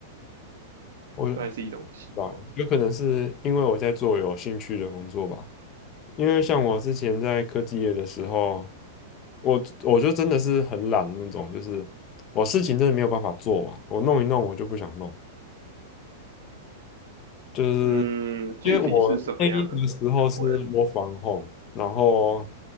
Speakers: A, on the left; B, on the right.
A: 我。
B: 算是一种习惯。
A: 对啊，有可能是因为我在做有兴趣的工作吧。因为像我之前在科技业的时候，我我就真的是很懒的那种，就是我事情真的没有办法做完，我弄一弄我就不想弄，就是
B: 嗯，具体是什么样的岗位啊
A: 因为我那一个时候是 w o r home，然后